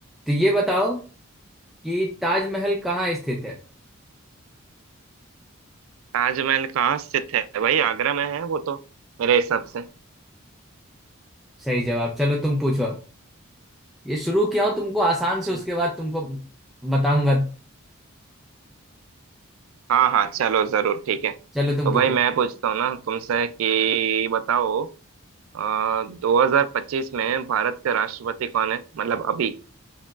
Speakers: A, in the centre; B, on the right.
A: तो ये बताओ कि ताजमहल कहाँ स्थित है
B: ताजमहल कहाँ स्थित है भाई आगरा में है वो तो मेरे हिसाब से
A: सही जवाब चलो तुम पूछो अब ये शुरू किया हूँ तुमको आसान
B: अच्छा
A: से उसके बाद तुमको बताऊंगा
B: हाँ हाँ चलो जरूर ठीक है
A: चलो तुम
B: तो
A: पूछो
B: भाई मैं पूछता हूँ ना तुमसे कि बताओ आ, 2025 में भारत के राष्ट्रपति कौन है मतलब अभी